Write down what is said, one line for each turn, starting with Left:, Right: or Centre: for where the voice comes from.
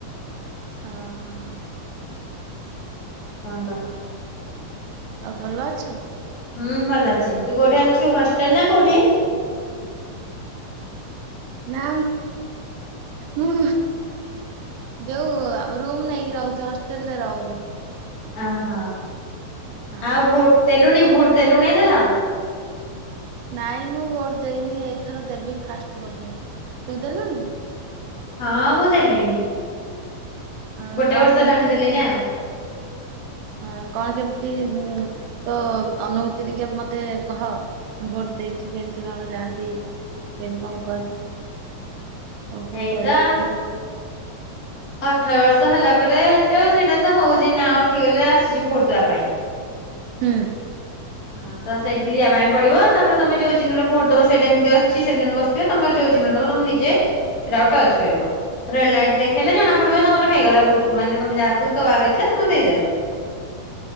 Right: ଓହୋ।
Left: ଆଉ କଣ କହ?
Right: ଆଉ ଭଲ ଅଛୁ?
Left: ହୁଁ ଭଲ ଅଛି, ତୁ କୋଉଠି ଅଛୁ ହଷ୍ଟେଲ ନା କୋଉଠି?
Right: ନା ମୁ ଯୋଉ ରୁମ୍ ନେଇକି ରହୁଛୁ, ହଷ୍ଟେଲରେ ରହୁନୁ।
Left: ଆହ
Right: ହଁ।
Left: ଆଉ ଭୋଟ୍ ଦେଲୁଣି, ଭୋଟ୍ ଦେଲୁଣି ଏଥର।
Right: ନାଇ ମୁଁ ଭୋଟ ଦେଇନି, ଏଇଥର ଦେବି ଫାଷ୍ଟ ବୋଧେ, ତୁ ଦେଲୁଣି?
Left: ହଁ ମୁଁ ଦେଲିଣି।
Right: ଆ
Left: ଗୋଟେ
Right: କଣ
Left: ବର୍ଷ
Right: କେମିତି
Left: ହେଲାଣି ଦେଲିଣି ଆଉ।
Right: ହଁ କଣ କେମିତି, ଉଁ ତୋ ଅନୁଭୂତି ଟିକେ ମତେ କହ। ଭୋଟ ଦେଇଛୁ କେମିତି କଣ ଯାଆନ୍ତି, କେମିତି କଣ କରନ୍ତି? କଣ କଣ
Left: ଏଇତ
Right: କରିବାକୁ ପଡ଼େ?
Left: ଅଠର ବର୍ଷ ହେଲା ପରେ, ତ ସେଇଟା ତ ହଉଚି ନାଁ ଉଠିଗଲେ ଆସୁଚି ଭୋଟ ଦବା ପାଇଁ।
Right: ହୁଁ।
Left: ହଁ ତ ସେଇଟିକି ଯିବା ପାଇଁ ପଡିବ, ତାପରେ ତମେ ଯୋଉ ଚିହ୍ନରେ ଭୋଟ ଦବ ସେଟା ଏମିତି ଅଛି <unintelligible> ସେ ତମର ଯୋଉ ଚିହ୍ନରେ ଦବ ତମେ ନିଜେ ସେଟାକୁ ଟଚ୍ କରିବ। ରେଡ୍ ଲାଇଟ ଦେଖେଇଲେ, ଜଣା ପଡିବ ତମର ହେଇଗଲା, ଭୋଟ୍ ମାନେ ତମେ ଯାହାକୁ ଦବାର ଇଛା ତମେ ଦେଇଦେଲ।